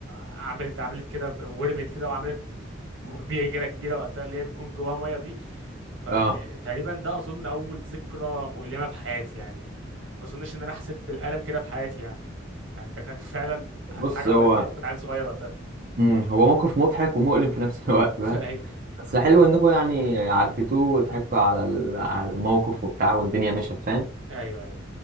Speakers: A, on the right; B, on the right.
A: عملت عملت كده ب- ورمت كده وعملت بربيه كده كبيره وقتها اللي هي بتكون جواها ميه دي فتقريبا
B: اه
A: ده اظن اول ذكرى مؤلمه في حياتي يعني ما اظنش ان انا حسيت بالالم كده في حياتي يعني يعني ده كان فعلا حاجه
B: بص هو
A: مؤلمه جدا كنت عيل صغير وقتها
B: امم هو موقف مضحك ومؤلم في نفس <laughs> الوقت فاهم
A: <laughs> ايوه
B: بس حلو انكم يعني عديتوه وضحكتوا على ال- على الموقف وبتاع والدنيا مشت فاهم
A: ايوه